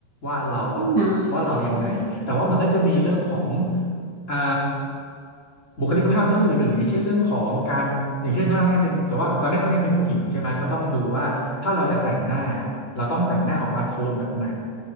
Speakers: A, on the left (about 20°); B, on the right (about 60°).
A: ว่าเราอะว่าเรายังไงแต่ว่ามันก็จะมีเรื่องของ
B: อ๋ออ
A: อ่าบุคลิกภาพเรื่องอื่นๆอย่างเช่นเรื่องของการอย่างเช่นถ้าน้องแอนเป็นสมมติว่าตอนนี้น้องแอนเป็นผู้หญิงใช่ไหมก็ต้องดูว่าถ้าเราจะแต่งหน้าเราต้องแต่งหน้าออกมาโทนแบบไหน